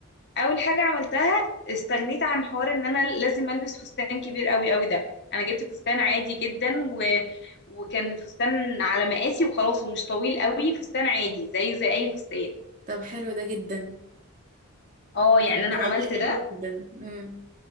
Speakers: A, on the left; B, on the right.
A: اول حاجه عملتها استغنيت عن حوار ان انا لازم البس فستان كبير قوي قوي ده انا جبت فستان عادي جدا و... وكان الفستان على مقاسي وخلاص ومش طويل قوي فستان عادي زيه زي اي فستان
B: طب حلو ده جدا
A: اه يعني
B: بجد
A: انا
B: والله
A: عملت ده
B: حلو جدا امم